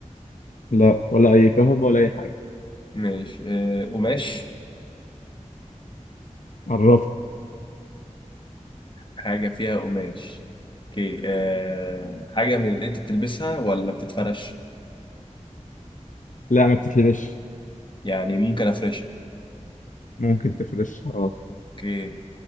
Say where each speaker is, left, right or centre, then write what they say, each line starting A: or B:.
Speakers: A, on the left (about 80°); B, on the left (about 40°).
A: لا ولا اي كهرباء ولا اي حاجه
B: ماشي آه... قماش
A: قربت
B: حاجه فيها قماش اوكي آه... حاجه من اللي انت بتلبسها ولا بتتفرش
A: لا ما بتتلبش
B: يعني ممكن افرشها
A: ممكن تفرشها اه
B: اوكي